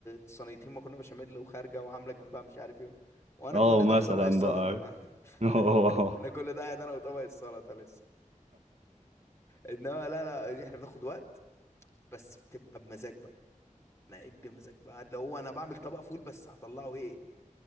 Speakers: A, on the left; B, on the right.
A: صينيتين مكرونه بشاميل وخارجه وعامله جنبها مش عارف ايه
B: <laughs>
A: وانا
B: اه
A: كل
B: مثلا
A: ده في طبق السلطه
B: بقى عارف.
A: فاهم
B: <laughs> اه
A: <laughs> انا كل ده قاعد انا وطبق السلطه لسه انما لا لا دي احنا بناخد وقت بس بتبقى بمزاج بقى انا قاعد بمزاج بقى اللي هو انا بعمل طبق فول بس هطلعه ايه